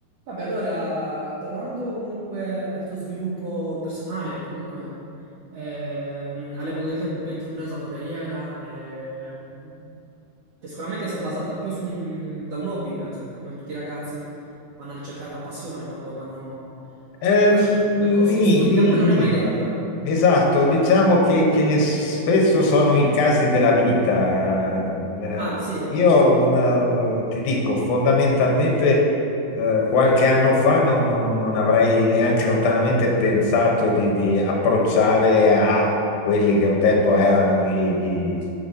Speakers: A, on the right; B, on the left.
A: Vabbè, allora, tornando comunque al tuo sviluppo personale, comunque ehm, alle modalità con cui hai intrapreso la tua carriera, ehm, che sicuramente si è basata più su un, da un hobby, penso, che come tutti i ragazzi vanno a ricercare la passione quando vanno
B: Eh,
A: a
B: nì,
A: scegliere un percorso di studi,
B: nì,
A: che poi
B: nì.
A: non è mai detto, eh?
B: Esatto, diciamo che, che spesso sono i casi della vita. Eh,
A: Ah, sì, è vero.
B: Io mm, eh, ti dico, fondamentalmente eh, qualche anno fa non, non- non avrei neanche lontanamente pensato di, di approcciare a quelli che un tempo erano i, i-